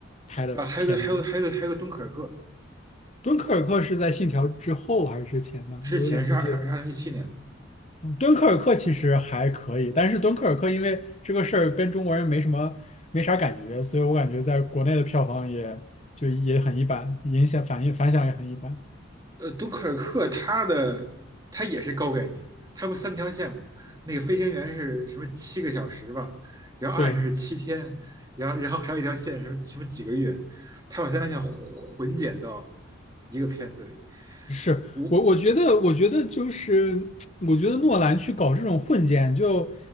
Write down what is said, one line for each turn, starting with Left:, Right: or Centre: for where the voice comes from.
Left: 拍的片子，
Right: 啊，还有个还有还有个还有个敦刻尔克，
Left: 敦刻尔克是在信条之后还是之前呢？
Right: 之前是二二二零一七年的。
Left: 我有点不记得了。敦刻尔克其实还可以，但是敦刻尔克因为这个事儿跟中国人没什么没啥感觉，所以我感觉在国内的票房也就也很一般，影响反应反响也很一般。
Right: 呃，敦刻尔克它的它也是高概念，它不三条线吗？那个飞行员是什么七个小时吧，然后岸上是七天，
Left: 对。
Right: 然后然后还有一条线什么什么几个月，它把三条线混混剪到一个片子里。
Left: 是我，
Right: 我
Left: 我觉得，我觉得就是，我觉得诺兰去搞这种混剪就